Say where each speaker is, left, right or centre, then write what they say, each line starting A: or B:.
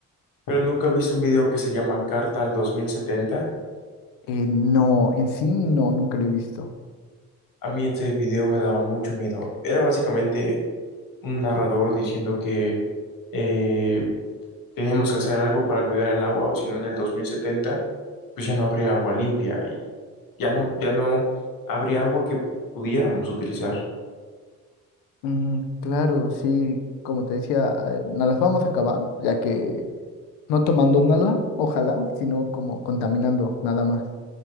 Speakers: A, on the left (about 55°); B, on the left (about 80°).
A: pero nunca he visto un video que se llama Carta al 2070.
B: Eh, no, en sí no, nunca lo he visto.
A: A mí ese video me daba mucho miedo. Era básicamente un narrador diciendo que eh, teníamos que hacer algo para cuidar el agua, o si no, en el 2070, pues ya no habría agua limpia y ya no, ya no habría agua que pudiéramos utilizar.
B: Mm, claro, sí, como te decía, eh, no las vamos a acabar, ya que no tomando nada, ojalá, sino como contaminando nada más.